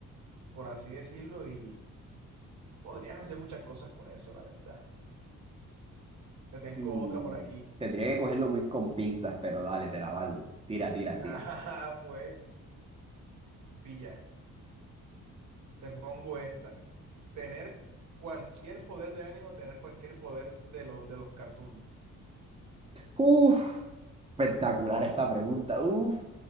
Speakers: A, on the right; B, on the right.
A: por así decirlo, y podrías hacer muchas cosas con eso, la verdad. Te tengo
B: Mm,
A: otra por aquí. <laughs>
B: tendría que cogerlo muy con pinzas, pero dale, te la valgo. Tira, tira,
A: Ah,
B: tira.
A: pues, pilla, te pongo esta. Tener cualquier poder del ánimo, tener cualquier poder de, los de los cartoons.
B: Uf, espectacular esa pregunta. Uf,